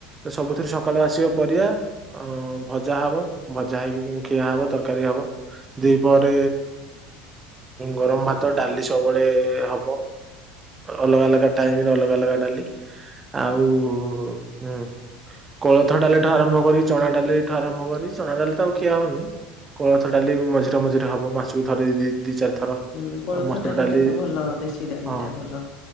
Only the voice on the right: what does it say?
ସବୁଥିରେ ସକାଳୁ ଆସିବା ପରିବା ଅ ଭଜା ହବ ଭଜା ହେଇକି ଖିଆ ହବ ତରକାରୀ ହବ ଦି ପରେ ଗରମ ଭାତ ଡାଲି ସବୁବେଳେ ହବ ଅଲଗା ଅଲଗା ଟାଇମରେ ଅଲଗା ଅଲଗା ଡାଲି ଆଉ ହୁଁ କୋଳଥ ଡାଲି ଠୁ ଆରମ୍ଭ କରି ଚଣା ଡାଲି ଠୁ ଆରମ୍ଭ କରି ଚଣା ଡାଲି ତ ଆଉ ଖିଆ ହଉନି କୋଳଥ ଡାଲି ମଝିରେ ମଝିରେ ହବ ମାସକୁ ଥରେ ଦ ଦିଇ ଚାରି ଥର
ମସ୍ତୁର
ଡାଲି
ହଁ